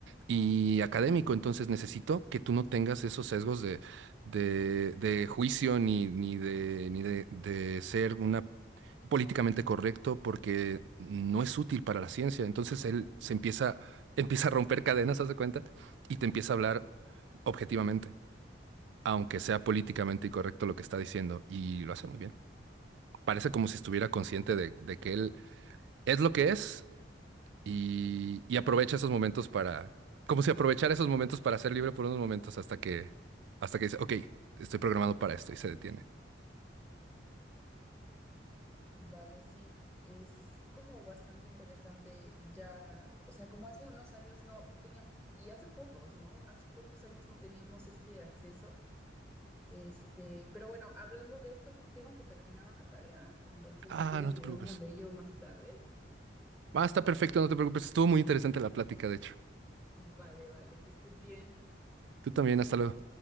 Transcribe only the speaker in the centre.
Mm,
Vale, sí. Es como bastante interesante ya, o sea, como hace unos años no, no teníamos, y hace pocos, ¿no? Hace pocos años no teníamos este acceso. Este, pero bueno, hablando de esto, tengo que terminar una tarea, entonces
si quieres
hablamos
de ello más tarde.
Vale, vale, que estés bien.